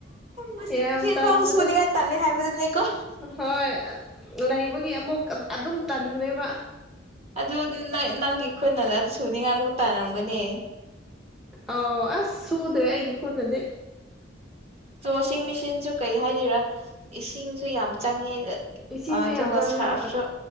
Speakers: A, on the right; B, in the centre.
A: ꯋꯥꯁꯤꯡ
B: ꯌꯥꯝ
A: ꯃꯦꯆꯤꯟ
B: ꯇꯥꯅꯤꯡꯕꯗ
A: ꯐꯥꯎ ꯁꯨꯅꯤꯡꯉꯥꯏ ꯇꯜꯂꯦ ꯍꯥꯏꯕꯗꯨꯅꯦꯀꯣ
B: ꯍꯣꯏ ꯂꯩꯕꯒꯤ ꯑꯃꯨꯛ ꯑꯗꯨꯝ ꯇꯗ꯭ꯔꯕ
A: ꯑꯗꯨ ꯅꯪꯒꯤ ꯈꯨꯅ ꯑꯗꯨ ꯁꯨꯅꯤꯡꯉꯥꯏꯃꯨꯛ ꯇꯥꯟꯅꯔꯝꯒꯅꯤ
B: ꯑꯣ ꯑꯁ ꯁꯨꯗ꯭ꯔꯦ ꯑꯩꯒꯤ ꯈꯨꯅꯗꯤ
A: ꯑꯣ ꯋꯥꯁꯤꯡ ꯃꯦꯆꯤꯟꯁꯨ ꯀꯩ ꯍꯥꯏꯗꯣꯏꯔꯥ ꯏꯁꯤꯡꯁꯨ ꯌꯥꯝ ꯆꯪꯉꯦ
B: ꯏꯁꯤꯡꯁꯨ
A: ꯑꯗ
B: ꯌꯥꯝ ꯆꯪꯉꯤ
A: ꯁꯥꯞꯁꯨ
B: ꯍꯣꯏ